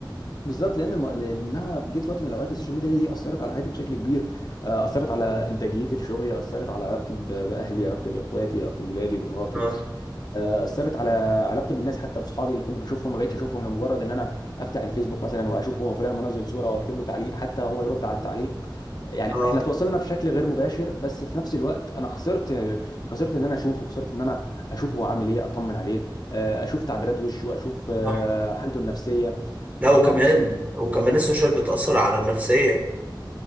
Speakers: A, on the left; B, on the right.
A: بالظبط لان الم... لانها جت في وقت من الاوقات السوشيال ميديا دي اثرت على حياتي بشكل كبير آه، اثرت على انتاجيتي في شغلي اثرت على علاقتي ب... باهلي علاقتي باخواتي علاقتي باولادي بمراتي
B: اه
A: آه، اثرت على علاقتي بالناس حتى بصحابي اللي كنت بشوفهم ما بقتش اشوفهم لمجرد ان انا افتح الفيسبوك مثلا واشوف هو فلان منزل صوره واكتب له تعليق حتى هو يرد على التعليق يعني
B: اه
A: احنا تواصلنا بشكل غير مباشر بس في نفس الوقت انا خسرت خسرت ان انا اشوفه خسرت ان انا اشوفه هو عامل ايه اطمن عليه آه، اشوف تعبيرات وشه اشوف
B: صح
A: آه، حالته النفسيه
B: لا
A: انت
B: وكمان
A: فاهم قصدي
B: وكمان السوشيال بتأثر على النفسية